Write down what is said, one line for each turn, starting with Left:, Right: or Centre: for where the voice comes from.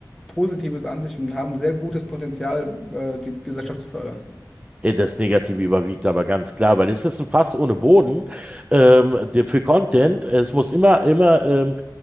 Centre: Positives an sich und haben sehr gutes Potenzial, äh, die Gesellschaft zu fördern.
Right: Äh, Das Negative überwiegt aber ganz klar, weil es ist ein Fass ohne Boden ähm, der- für Content. Es muss immer, immer ähm,